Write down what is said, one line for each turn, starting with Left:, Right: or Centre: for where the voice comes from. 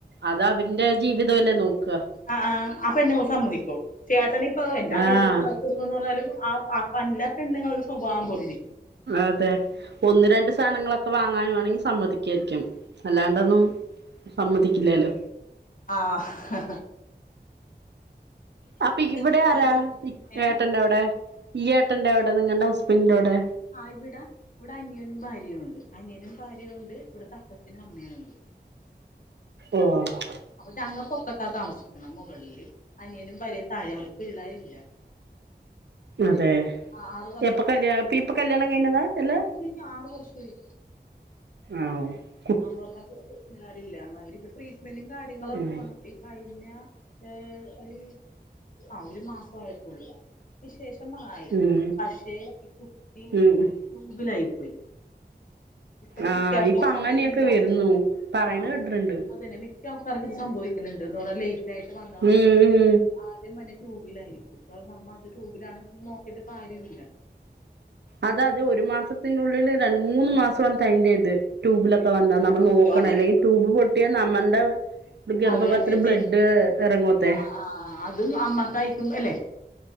Right: അത് അവന്റെ ജീവിതോല്ലെ നോക്ക
Left: ആഹ് ആഹ് അപ്പെന്ന ഓൾ സമ്മതിക്കോ ചേട്ടനിപ്പൊ എൻ്റനിയത്തിപ്പം
Right: ആഹ്
Left: നട് കുടുങ്ങൂന്ന് പർഞ്ഞാലും ആഹ് ആപ് വര്ന പെണ്ണിങ്ങളെ സ്വഭാം പോലിരി
Right: അതെ ഒന്ന് രണ്ട് സാനങ്ങളൊക്കെ വാങ്ങാന് വാണെങ്കിൽ സമ്മതിക്ക്വായിരിക്കും അല്ലാണ്ടൊന്നും സമ്മതിക്കില്ലാലോ
Left: ആഹ്
Right: അപ്പിവിടെ
Left: ചൊവ്വാഴ്ച
Right: ആരാ
Left: പോണം
Right: ഇ
Left: ഏ
Right: ഏട്ടന്റാവ്ടെ ഈ ഏട്ടന്റാവ്ടെ നിങ്ങണ്ടെ ഹസ്ബന്റോടെ
Left: ആഹ് ഇവിട ഇവിട അനിയനും ഭാര്യോണ്ട് അനിയനും ഭാര്യോണ്ട് ഇവിടത്തെ അപ്പച്ചനും അമ്മയും ഉണ്ട്
Right: ഓഹ്
Left: അപ്പൊ ഞങ്ങ പൊക്കത്താ താമസിക്ക്ണെ മൊകൾല് അനിയനും ഭാര്യെം താഴെ അവർക്ക് പിള്ളാരില്ല
Right: അതെ
Left: ആ ആറ്
Right: എപ്പ കല്യാ ഇപ്പ കല്ല്യാണം കഴിഞ്ഞതാ അല്ല
Left: കഴിഞ്ഞ് ആറ് വർഷോയി
Right: ആഹ് ഒഹ്
Left: <unintelligible> പിള്ളാരില്ല അവരിപ്പൊ ട്രീറ്റ്മെന്റും കാര്യങ്ങളൊക്കാണ്
Right: ഉം
Left: കഴിഞ്ഞ ഏഹ് ഒരു ആഹ് ഒരു മാസൊവായിട്ടുള്ളു വിശേഷം ആയി
Right: ഉം
Left: പക്ഷെ ഇ കുട്ടി
Right: ഉം ഉം
Left: ട്യൂബിലായി പോയി ഇപ
Right: ആഹ്
Left: മിക്കാൾക്കും
Right: ഇപ്പൊ അങ്ങനെയൊക്കെ
Left: സംഭ്വിക്കിണിതാണല്ല
Right: വരുന്നു പറയണ
Left: ആഹ്
Right: കേട്ടിട്ടുണ്ട്
Left: അതെന്നെ മി ക്യാൾക്കാർക്കു ഇത് സംഭവിക്കിണിണ്ട് എന്ന് പർഞ്ഞ ലേറ്റ് ആയിട്ട് വന്ന അവർക്ക്
Right: ഉം ഉം
Left: ആദ്യം വന്നെ ട്യൂബ്ലായിരിക്കും പ നമ്മത് ട്യൂബിലാണെ പിന്നെ നോക്കീട്ട് കാര്യമില്ല
Right: അത അത് ഒരു മാസത്തിന്റെുള്ളിൽ രൺ മൂന്ന് മാസ്വാൺ തയ്ൻ്റെത് ട്യൂബിലൊക്കെ വന്നാ ന നമ്മ
Left: ട്യൂബില്
Right: നോക്കണം
Left: വന്നാലേ
Right: അല്ലെങ്കിൽ ടൂബ് പൊട്ടിയ നമ്മണ്ടെ ഗർഭപാത്രം
Left: അത് തന്നെ ജി
Right: ബ്ലഡ്ഡ് എർങ്ങ്വത്തെ
Left: ആഹ് ആഹ് അതും അമ്മക്കായിക്കും അല്ലെ